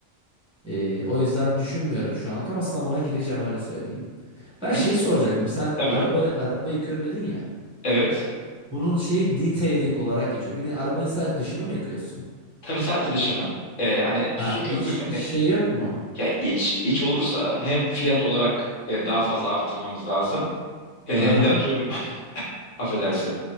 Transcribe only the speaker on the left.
Peki
tabii.
Evet.
Tabii sadece dışına. Ee, hani su
köpük
hani,
ya iç iç olursa hem fiyat olarak e, daha fazla arttırmamız lazım. E,
hem de atıyorum <laughs> affedersin.